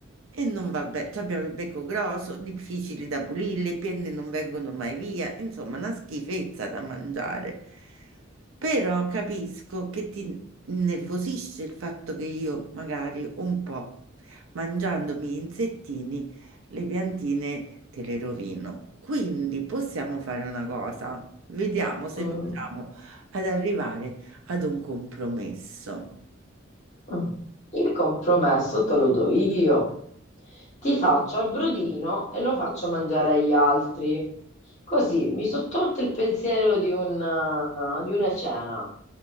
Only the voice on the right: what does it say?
e non va bene. Abbiamo il becco grosso, difficili da pulire, le penne non vengono mai via. Insomma, una schifezza da mangiare. Però capisco che ti innervosisce il fatto che io magari un po' mangiandomi gli insettini, le piantine te le rovino. Quindi possiamo fare una cosa, vediamo se
riusciamo ad arrivare ad un compromesso.